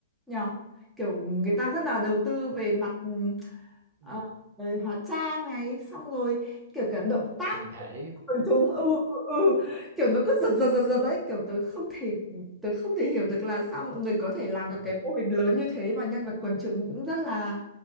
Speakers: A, in the centre; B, on the right.
A: nhở kiểu người ta rất là đầu tư về mặt ừm, ờ,
B: Ừ.
A: về hóa trang này xong rồi kiểu cả động tác
B: hình thể
A: của quần chúng ừ, ừ ừ kiểu nó cứ giật giật giật giật đấy kiểu tớ không thể tớ không thể hiểu được là sao mọi người có thể làm được
B: ừ
A: cái mô hình lớn như thế mà nhân vật quần chúng cũng rất là